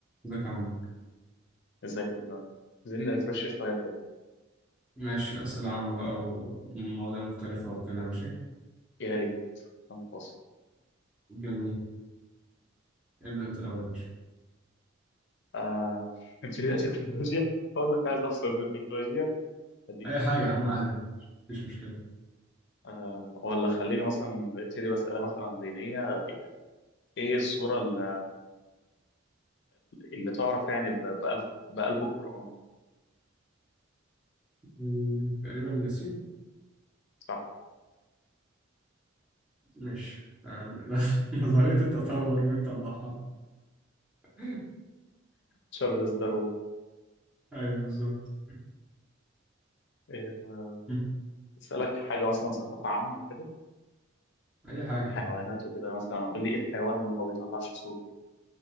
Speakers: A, in the centre; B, on the left.
A: ازيك يا عم
B: ازيك يا فندم؟ عايزين نرفرش شوية كده
A: ماشي أسئلة عامة بقى ومواضيع مختلفة وكده ماشي
B: يا ريت عشان فاصل
A: جميل ابدأ أنت الأول يا باشا
B: آه <laughs> نبتدي على التكنولوجيا أقول لك عايز أفصل من التكنولوجيا هديك
A: أي
B: تكنولوجيا
A: حاجة يا عم عادي مفيش مشكلة
B: آه ولا خلينا مثلا نبتدي بأسئلة مثلا دينية إيه السورة اللي, اللي تعرف يعني ب- بقلب بقلب القرآن
A: مم، تقريبا ياسين
B: صح
A: ماشي تمام <laughs> نظرية التطور مين طلعها <laughs>
B: تشارلز داروين
A: أيوه بالظبط
B: آه،
A: مم.
B: أسألك حاجة مثلا ثقافة عامة وكده
A: أي حاجة
B: حيوانات
A: يا عم
B: وكده مثلا قول لي إيه الحيوان اللي ما بيطلعش صوت